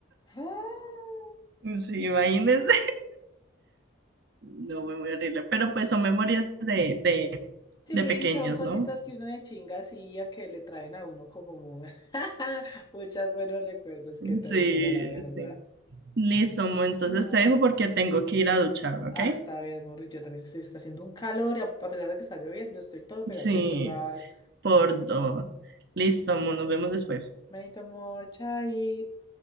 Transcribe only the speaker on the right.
Sí, imagínense. No, fue muy horrible. Pero pues son memorias de, de,
de pequeños,
¿no?
Sí,
sí. Listo, Mo, entonces
te dejo porque tengo que ir a ducharme, ¿ok?
Sí,
por dos. Listo, Mo, nos vemos después.